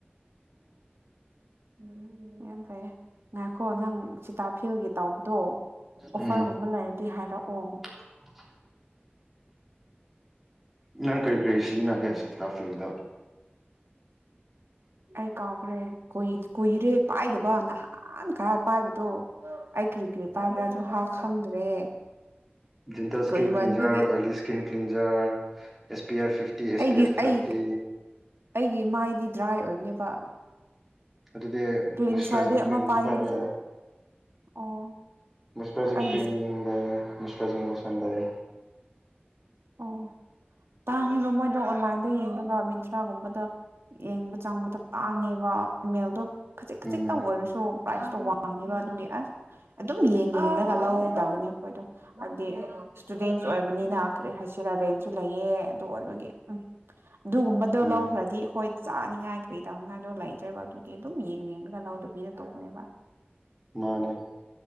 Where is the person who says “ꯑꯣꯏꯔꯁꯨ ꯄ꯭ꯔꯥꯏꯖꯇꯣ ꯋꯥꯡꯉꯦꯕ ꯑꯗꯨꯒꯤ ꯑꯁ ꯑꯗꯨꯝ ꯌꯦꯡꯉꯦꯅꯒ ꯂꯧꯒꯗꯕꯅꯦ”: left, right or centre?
Right